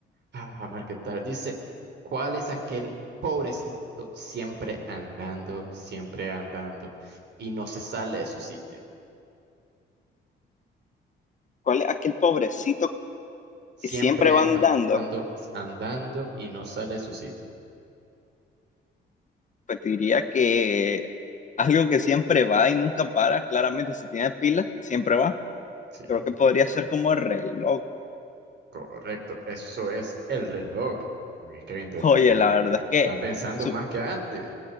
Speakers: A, on the right (about 60°); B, on the left (about 40°).
A: Ah, vamos a ver qué tal. Dice, ¿cuál es aquel pobrecito siempre andando, siempre andando y no se sale de su sitio?
B: ¿Cuál es aquel pobrecito
A: Siempre
B: que siempre van
A: an-
B: dando?
A: ando andando y no sale a su sitio.
B: Pues te diría que algo que siempre va y nunca para, claramente si tiene pila, siempre va.
A: Sí,
B: Creo que podría ser como el reloj.
A: correcto. Eso es el reloj. Uy, qué bien te,
B: Oye,
A: te, te-
B: la verdad es que
A: Estaba pensando
B: su-
A: más que antes.